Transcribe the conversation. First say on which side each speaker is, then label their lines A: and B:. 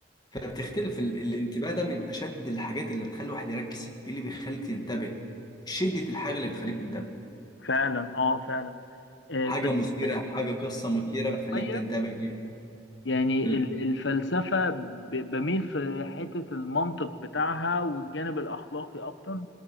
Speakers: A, on the left (about 25°); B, on the left (about 80°).
A: فبتختلف ال... الانتباه ده من أشد الحاجات اللي تخلي الواحد يركز إيه اللي بيخليك تنتبه شدة الحاجة اللي بتخليك تنتبه
B: فعلا اه فعلا آه،
A: حاجة
B: بس
A: مثيرة حاجة قصة مثيرة بتخليك
B: شوية
A: تنتبه ليها
B: يعني
A: مم.
B: ال- الفلسفة ب- بميل في حتة المنطق بتاعها والجانب الأخلاقي أكتر